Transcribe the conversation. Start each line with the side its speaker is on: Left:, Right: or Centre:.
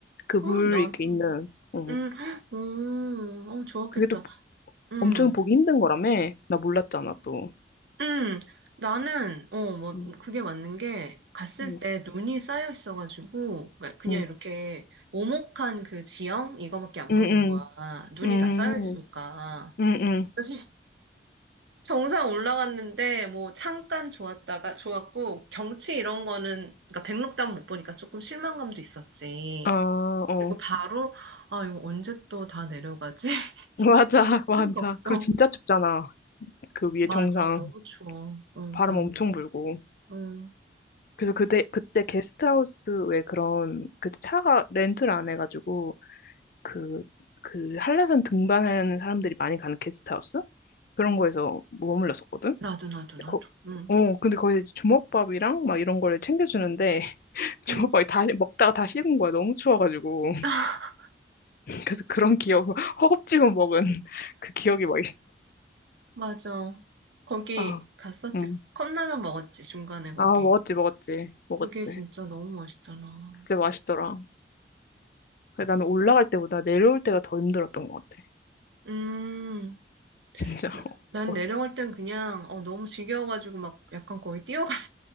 Left: 그 물
Right: 응, 나는,
Left: 이렇게 있는, 어.
Right: 음, 헉, 음, 어, 좋았겠다.
Left: 그게 또
Right: 음,
Left: 엄청 보기 힘든 거라며? 나 몰랐잖아, 또.
Right: 음, 나는, 어, 뭐,
Left: 응,
Right: 그게 맞는 게, 갔을
Left: 응,
Right: 때 눈이 쌓여 있어가지고, 그러니까 그냥
Left: 응,
Right: 이렇게 오목한 그 지형? 이거밖에 안
Left: 응,
Right: 보이는
Left: 응,
Right: 거야. 눈이
Left: 응,
Right: 다 쌓여 있으니까.
Left: 응.
Right: 그래서 정상 올라갔는데 뭐 잠깐 좋았다가 좋았고 경치 이런 거는 그러니까 백록담 못 보니까 조금 실망감도 있었지.
Left: 아, 어.
Right: 그리고 바로 아 이거 언제 또 다 내려가지? <laughs>
Left: <laughs> 맞아, 맞아.
Right: 하는 걱정.
Left: 그리고 진짜 춥잖아. 그 위에
Right: 맞아
Left: 정상.
Right: 너무 추워. 응응
Left: 바람 엄청 불고.
Right: 응.
Left: 그래서 그때 그때 게스트하우스에 그런 그때 차가 렌트를 안 해가지고 그 그 한라산 등반하는 사람들이 많이 가는 게스트하우스 그런 거에서 머물렀었거든.
Right: 나도 나도 나도.
Left: 거-
Right: 응
Left: 어 근데 거기서 이제 주먹밥이랑 막 이런 거를 챙겨주는데 <laughs>
Right: 응.
Left: 주먹밥이 다 시- 먹다가 다 식은 거야 너무 추워가지고
Right: <laughs>
Left: <laughs> 그래서 그런 기억 <laughs> 허겁지겁 먹은 <laughs> 그 기억이 막
Right: 맞아. 거기
Left: 아,
Right: 갔었지.
Left: 응.
Right: 컵라면 먹었지 중간에 거기.
Left: 아, 먹었지, 먹었지, 먹었지.
Right: 그게 진짜 너무 맛있잖아.
Left: 근데 맛있더라. 그래, 나는 올라갈 때보다 내려올 때가 더 힘들었던 것 같아.
Right: 음.
Left: 진짜.
Right: 나-
Left: <laughs>
Right: 난 내려갈 땐 그냥 어, 너무 지겨워가지고 막 약간 거기 뛰어갔어. <laughs>